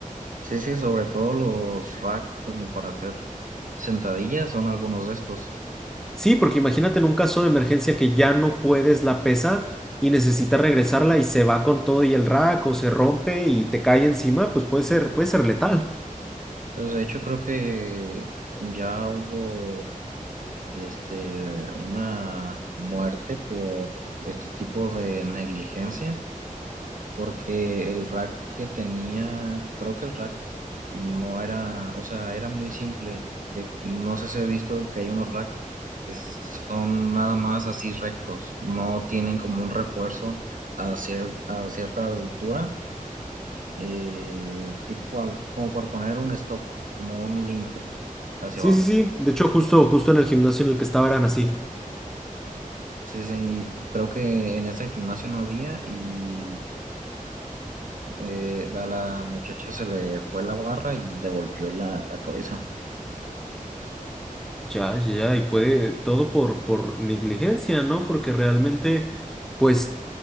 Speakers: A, on the right; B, in the centre.
A: Sí, sí, sobre todo los rack como para hacer sentadillas son algunos de estos.
B: Sí, porque imagínate en un caso de emergencia que ya no puedes la pesa y necesitas regresarla y se va con todo y el rack o se rompe y te cae encima, pues puede ser, puede ser letal.
A: Pues de hecho creo que ya hubo este una muerte por este tipo de negligencia, porque el rack que tenía, creo que el rack no era, o sea, era muy simple. De, no sé si he visto que hay unos rack que s- son nada más así rectos, no tienen como un refuerzo a cier- a cierta altura eh, tipo a- como por poner un stop, como un límite hacia
B: Sí,
A: abajo.
B: sí, sí. De hecho, justo, justo en el gimnasio en el que estaba eran así.
A: Sí, sí, creo que en ese gimnasio no había y eh, la, la muchacha se le fue la barra y le golpeó la, la cabeza.
B: Ya, ya, ya, y puede todo por, por negligencia, ¿no? Porque realmente, pues,